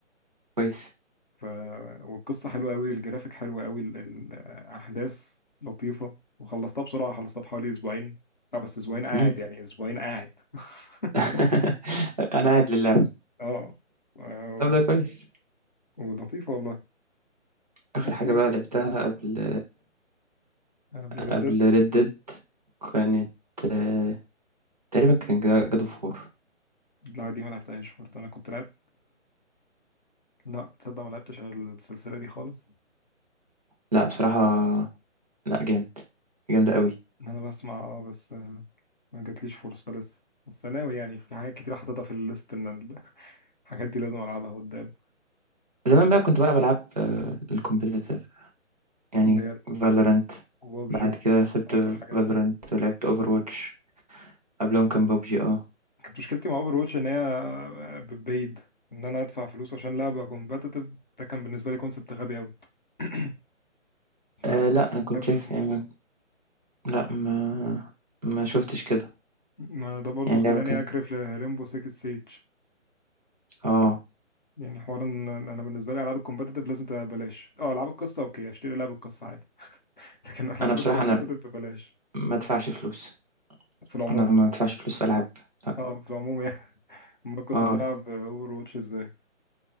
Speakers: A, on the right; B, on the left.
A: كويس
B: ف... والقصه حلوه قوي الجرافيك حلو قوي الاحداث لطيفه وخلصتها بسرعه خلصتها في حوالي اسبوعين اه بس اسبوعين قاعد
A: مم.
B: يعني اسبوعين قاعد
A: <laughs>
B: <laughs>
A: انا قاعد للعبة
B: اه و-
A: طب ده كويس
B: ولطيفه والله
A: اخر
B: وفي
A: حاجة بقى لعبتها قبل
B: قبل
A: قبل
B: ريد
A: ريد ديد كانت آه، تقريبا كان جادو فور
B: لا دي ما لعبتهاش برضه انا كنت لعبت لا تصدق ما لعبتش على السلسله دي خالص
A: لا بصراحة لا جامد جامدة قوي
B: انا بسمع اه بس آه، ما جاتليش فرصه لسه بس ناوي يعني في حاجات كتير حاططها في الليست ان ال- <laughs> الحاجات دي لازم العبها قدام
A: زمان بقى كنت بلعب ألعاب آه، الكومبيتيتيف يعني
B: اللي هي
A: فالورانت
B: ببجي
A: بعد
B: وفورتنايت
A: كده سبت
B: والحاجات
A: فالورانت
B: دي
A: ولعبت اوفر واتش قبلهم كان بابجي اه
B: كانت مشكلتي مع اوفر واتش ان هي بيد ان انا ادفع فلوس عشان لعبه كومبتيتيف ده كان بالنسبه لي كونسبت غبي قوي <laughs> <clears throat>
A: آه،
B: فانا كنتش
A: لا انا كنت
B: بحب
A: شايف
B: الموضوع
A: يعني ما- لا ما ما شفتش كده
B: ما ده برضو
A: يعني
B: خلاني
A: اللعبة كانت
B: اكرف لريمبو 6 سيج
A: اه
B: يعني حوار ان إن انا بالنسبه لي العاب الكومبتيتيف لازم تبقى ببلاش اه العاب القصه اوكي اشتري لعب القصه عادي لكن <laughs> العاب
A: انا بصراحة
B: انا الكومبتيتيف
A: انا
B: ببلاش
A: ما ادفعش فلوس
B: في العموم
A: انا ما ادفعش فلوس في العاب لا
B: اه في العموم يعني <laughs> ما كنت
A: اه
B: تلعب اوفر واتش ازاي